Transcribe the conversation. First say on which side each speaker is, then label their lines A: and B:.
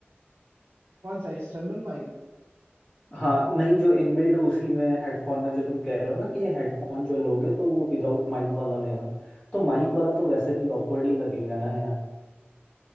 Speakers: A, on the right (about 65°); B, on the left (about 25°).
A: कौन सा एक्सटर्नल माइक
B: हाँ नहीं जो इनबिल्ड उसी में हेडफोन में जो तुम कह रहे हो ना कि ये हेडफोन जो लोगे तो वो विदाउट माइक वाला लेना तो माइक वाला तो वैसे भी ऑकवर्ड ही लगेगा ना यार